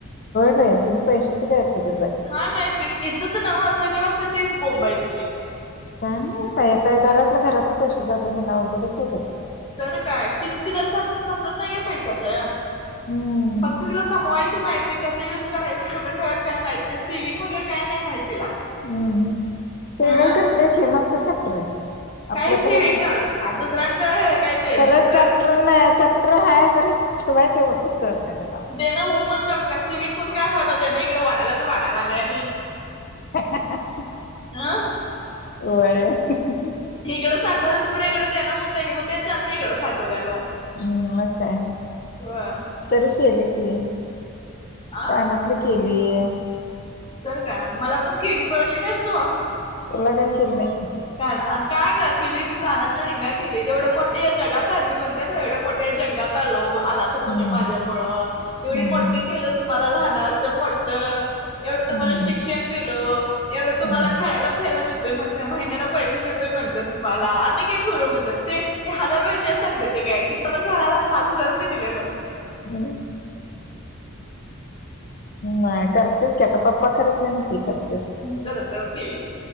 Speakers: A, on the left; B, on the left.
A: व्हय, तिचं पैसेच गायब होत्यात बाई!
B: काय माहिती इथंचं नव सगळीकडं असलं ती बोंब हाय तिजी.
A: काय माहित बाई आता ह घरातलं घरातले पैसे जात्यात म्हणल्यावर अवघडचं हाय, बाई!
B: तर काय, ति- तिला सम- समजत नाही गं पैशातलं.
A: हम्म
B: फक्त तिला कमवायचं माहितयं कसं युज करायच कुठं ठेवायचं काय माहितय नाही सिविंग वगैरे काय नाही माहित तिला.
A: हम्मम सेव्हिंग
B: ह
A: करत्या की, मस्त चॅप्टर हाय. आपलं
B: काही सेविंग
A: तरच अस
B: करत आ दुसऱ्यांचं काय ते
A: खरंच
B: दुसऱ्यां
A: चॅप्टर नाही, चॅप्टर अ हाय कर ठेवायचे व्यवस्थित कळत नाही त्याला
B: देणं हु म्हणून करत्या सेव्हींग वरून, काय फायदा देणं इकडे वाढालाच वाढायलागलय आणि
A: <unintelligible>
B: अहा
A: व्हयं. <unintelligible>
B: इकडं साठवलं तोपर्यंत इकड देणं होतयं, मग ते जातयं इकडं साठवल्याल.
A: हम्म! म काय?
B: <unintelligible>
A: तरी केली की.
B: आ
A: कानातलं केलीय.
B: तर काय मला पण केली, बघतली नाहीस तु.
A: तुला, काय केली नाई.
B: कान काय गं केलूय की कानातलं रिंगा <unintelligible> तेवढ मोठे जगात आली म्हणत्या ना एवढ्या मोठ्या जगात आलो, आलासा
A: हम्म
B: तुम्ही माझ माझ्या मुळं एवढी
A: हम्म
B: मोठी केलं तुम्हाला लहानाचं मोठं एवढं तुम्हाला
A: हम्म
B: शिक्षण दिलो, एवढं
A: हम्म
B: तुम्हाला खायला पियला देतोय म्हणत्या माहि महिण्याला पैसे देतोय म्हणत्या, तुम्हाला आणि काय करू म्हणत्या ते हजार वेळा तेच सांगते ते काय <unintelligible> पाच हजार रुपये दिलेलो.
A: अहम. म करतेस की, आता पप्पा करत नाही म्हणून ती करत्या.
B: ह करत्याच कि.